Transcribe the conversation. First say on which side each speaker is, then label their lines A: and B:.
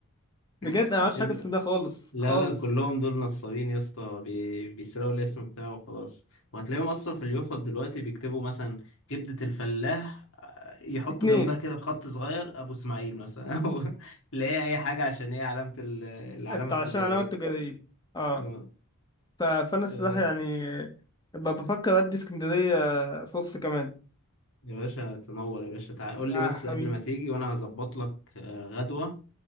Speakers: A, on the left (about 60°); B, on the left (about 20°).
A: <laughs>
B: بجد انا ما اعرفش حاجه في اسكندريه خالص
A: لا
B: خالص
A: لا كلهم دول نصابين يا اسطى بي... بيسرقوا الاسم بتاعه وخلاص وهتلاقيهم اصلا في اليوفط دلوقتي بيكتبوا مثلا كبدة الفلاح آه، يحطوا
B: اتنين
A: جنبها كده بخط صغير ابو اسماعيل مثلا <laughs> او اللي هي اي حاجة عشان هي علامة ال... العلامة
B: أت-
A: التجارية
B: عشان علامات تجاريه اه
A: آه،
B: ف... فانا الصراحه
A: آه،
B: يعني ببقى بفكر ادي اسكندريه فرصه كمان
A: يا باشا تنور يا باشا تعال قول
B: اه
A: لي بس
B: حبيبي
A: قبل ما تيجي وانا هظبط لك آه، غدوة